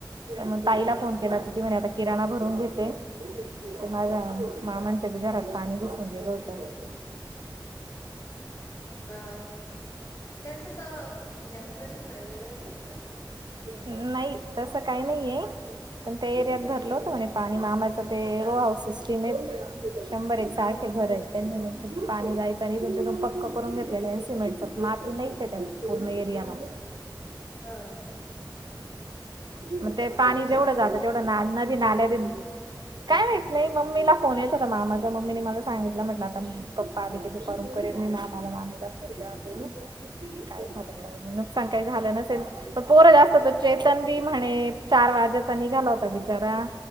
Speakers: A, on the right; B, on the left.
A: मग ताईला फोन केला हो
B: हा
A: ती म्हणा. किराणा भरून घेते ते माझ्या मामांच्या बी घरात पाणी घुसून गेलं होत.
B: अ त्यांचं तर म्हणजे असं नदी किनारी वगैरे नाही येत ना.
A: नाही तसं काही नाहीये. पण त्या एरियात भरलं होतं म्हणे पाणी मामाचा ते रो हाऊस सिस्टीम आहे. शंभर एक
B: हा
A: सारखे
B: हा
A: घर आहे. त्यांनी फ पाणी जायचं आणि इथून तेथून पक्क करून घेतलेलं आहे सिमेंटच माती नाहीच काही पूर्ण एरयाला.
B: हा.
A: मग ते
B: काही
A: पाणी
B: नुकसान
A: जेवढं
B: वगैरे
A: जात
B: झालं
A: तेवढं ना नदी नाल्या बी काय माहत नाही मम्मीला फोन येत होता माझ मम्मीनेनी मला सांगितलं म्हटलं आता. पप्पा आली के दुकान उ करेल मी मामाला मामीला फोन द्यावा बोलोलू. काय
B: हा
A: झालं
B: हा
A: काही नाही नुकसान काही झालं नसेल पण पोरं जास्त. चेतन बी म्हणे चार वाजेचा निघाला होता बिचारा